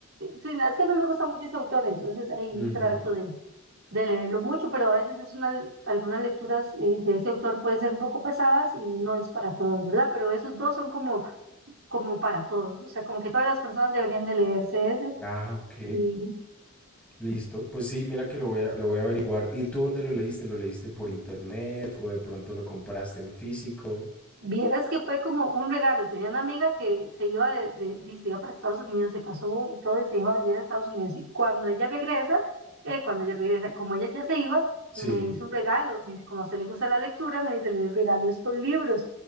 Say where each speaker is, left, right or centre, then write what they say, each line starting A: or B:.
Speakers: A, on the right; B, in the centre.
A: Sí, no, es que a mí me gusta mucho ese autor, entonces ahí
B: ujú.
A: trato de, de leerlo mucho, pero a veces es una, algunas lecturas eh, de ese autor pueden ser un poco pesadas y no es para todos, ¿verdad? Pero esos dos son como, como para todos, o sea, como que todas las personas deberían de leerse ese
B: Ah, ok.
A: y
B: Listo. Pues sí, mira que lo voy a, lo voy a averiguar. ¿Y tú dónde lo leíste? ¿Lo leíste por internet o de pronto lo compraste en físico?
A: Vieras que fue como un regalo. Tenía una amiga que se iba, de, de- de- se iba para Estados Unidos, se casó y todo, y se iba a vivir a Estados Unidos. Y cuando ella regresa, eh, cuando ella regresa, como ella ya se iba,
B: Sí.
A: me hizo un regalo. Me dice, como a usted le gusta la lectura, me dice, le regalo estos libros.